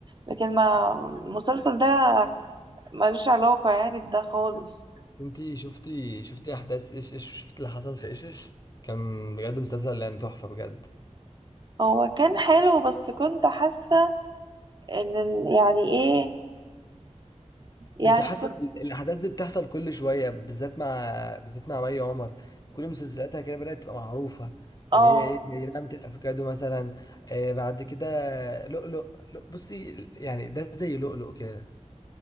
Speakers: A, on the right; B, on the left.
A: لكن ما المسلسل ده ملوش علاقة يعني بده خالص
B: انتي شفتي شفتي احداث ايش ايش شفتي اللي حصل في ايش ايش كان بجد مسلسل يعني تحفه بجد
A: هو كان حلو بس كنت حاسة ان ال- يعني ايه يعني
B: انت حاسه
A: كنت
B: إن الاحداث دي بتحصل كل شويه بالذات مع بالذات مع مي عمر كل مسلسلاتها كده بدات تبقى معروفه
A: اه
B: اللي هي ايه زي نعمه الافوكادو مثلا آه بعد كده لؤلؤ لؤ- بصي يعني ده زي لؤلؤ كده